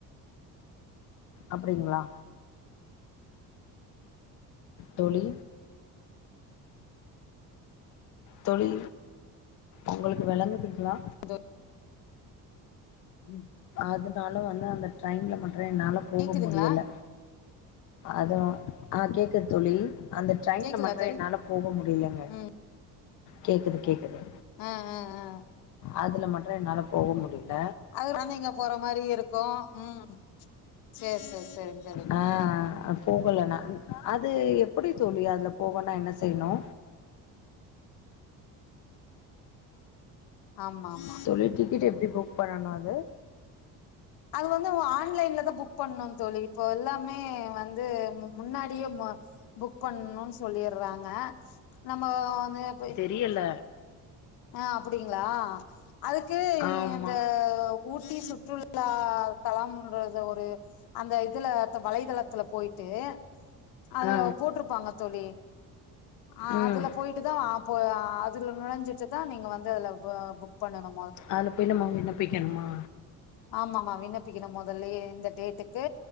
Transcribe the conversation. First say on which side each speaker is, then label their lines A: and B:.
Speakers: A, on the left; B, on the left.
A: அப்டிங்ளா தோழி தோழி உங்களுக்கு வெளங்குதுங்ளா
B: தோ ம்
A: அதுனால வந்து அந்த ட்ரெயின்ல மட்டுயென்னால போக
B: கேக்குதுங்களா
A: முடியல அதுவு அ கேக்குது தோழி அந்த ட்ரெய்ன்ல
B: கேக்குதுங்களா
A: மட்டுய
B: தோழி
A: என்னால போக முடிலங்க
B: ம்
A: கேக்குது கேக்குது
B: அ அ அ
A: அதுல மட்டு என்னால போக முடில
B: அதுல நீங்க போற மாரியிருக்கு ம் சேரி செரி செரி
A: அ போகல நா அது எப்டி தோழி அதுல போகனா என்ன செய்யணு
B: ஆமா ஆமா
A: தோழி டிக்கெட் எப்டி புக் பண்ணனு அது
B: அது வந்து ஆன்லைன்ல தா புக் பண்ணு தோழி இப்போ எல்லாமே வந்து முன்னாடியே புக் பண்ணுனு சொல்லிட்றாங்க நம்ம வந்துப்பே
A: டியல்ல
B: அ அப்டிங்ளா அதுக்கு
A: ஆமா
B: இந்த ஊட்டி சுற்றுலா தலம்ன்றது ஒரு அந்த இதுல வலைத்தளத்துல பொயிட்டு அதுல
A: ஆ
B: போட்ருப்பாங்க தோழி ஆ
A: ம்
B: அதுல போயி ட்டுதா அ போ அதுல நுழஞ்சிட்டு தா நீங்க வந்து அதுல புக் பண்ணணு
A: அதுல போயி நம்ம விண்ணப்பிக்கணுமா
B: ஆமா மா விண்ணப்பிக்கணு முதல்லயே இந்த டேட்டுக்கு